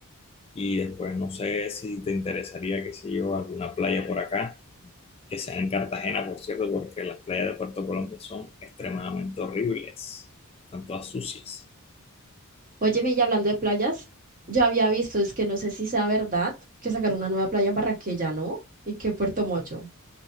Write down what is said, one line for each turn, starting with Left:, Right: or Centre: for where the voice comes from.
Left: y después no sé si te interesaría, qué sé yo, alguna playa por acá, que sea en Cartagena, por cierto, porque las playas de Puerto Colombia son extremadamente horribles, están todas sucias.
Right: Óyeme, y hablando de playas, ya había visto, es que no sé si sea verdad, que sacaron una nueva playa en Barranquilla, ¿no? Y que Puerto Mocho.